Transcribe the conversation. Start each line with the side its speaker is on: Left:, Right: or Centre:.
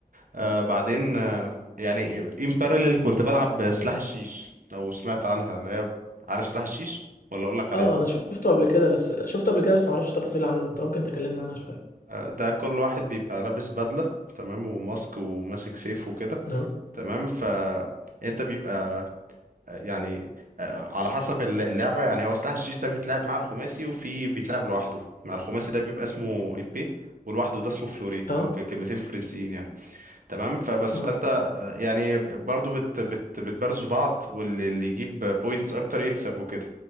Right: آه بعدين آه يعني ان بارلل كنت بلعب سلاح الشيش لو سمعت عنها اللي هي عارف سلاح الشيش ولا اقول لك عليها
Left: اه انا شفته قبل كده بس شفته قبل كده بس ما اعرفش تفاصيل عنه انت ممكن تكلمنا عنها شويه
Right: آه ده كل واحد بيبقى لابس بدلة تمام وماسك وماسك سيف وكده
Left: اه
Right: تمام ف انت بيبقى آه، يعني آه، على حسب الل- اللعبة يعني هو سلاح الشيش ده بيتلعب مع الخماسي وفي بيتلعب لوحده مع الخماسي ده بيبقى اسمه ايبي ولوحده ده اسمه فلوري
Left: اه
Right: هو ك- كلمتين فرنسيين يعني تمام فبس
Left: اه
Right: فانت آه، يعني برضو بت بت بتبرزوا بعض واللي اللي يجيب بوينتس اكتر يكسب وكده